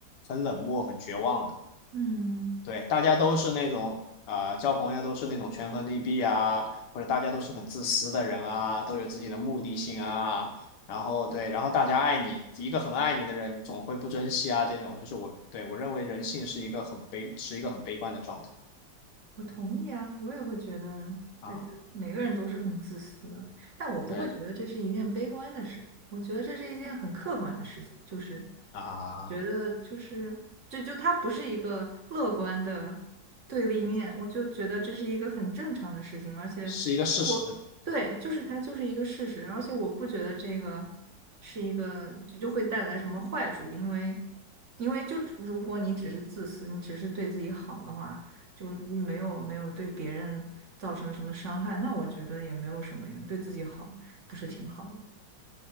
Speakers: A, on the left; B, on the right.
A: 很冷漠、很绝望的。
B: 嗯，
A: 对，大家都是那种啊、呃交朋友都是那种权衡利弊啊，或者大家都是很自私的人啊，都有自己的目的性啊。然后对，然后大家爱你，一个很爱你的人，你总会不珍惜啊。这种就是我对我认为人性是一个很悲，是一个很悲观的状态
B: 我同意啊，我也会觉得大家每个人都是很自私的，
A: 啊。
B: 但我不会觉得这是一件悲观的事，
A: 对
B: 我觉得这是一件很客观的事情，就是
A: 啊，
B: 觉得就是，就就它不是一个乐观的对立面，我就觉得这是一个很正常的事情，而且我对，
A: 是一个事实
B: 就是它就是一个事实，而且我不觉得这个是一个就就会带来什么坏处，因为因为就只如果你只是自私，你只是对自己好的话，就是你没有没有对别人造成什么伤害，那我觉得也没有什么呀，对自己好不是挺好的？